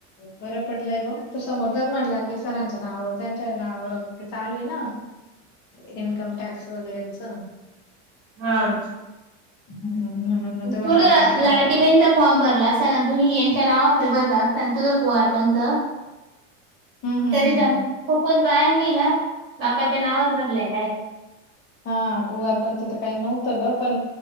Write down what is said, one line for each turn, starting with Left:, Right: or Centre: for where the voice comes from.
Left: बरं पडलंय व समोरचा म्हडला की सरां ना त्यांच्या नावर चालू आहे ना इन्कम टॅक्स वगैरेच
Right: हम.
Left: म्हणून मग ते म्हटलं
Right: तुझ लाडक.
Left: त्यांच्या नाव.
Right: किबेनचा फॉर्म भरला सनाधुनी यांच्या नावावरी भरला स तुझं कुवार पणंत.
Left: हम्म हम्म
Right: तरी
Left: हम्म
Right: जम खूपच बायांनी ना बापाच्या नावावर भरलेला आहे.
Left: हा कुवारपणच तर काही नव्हतं ग पण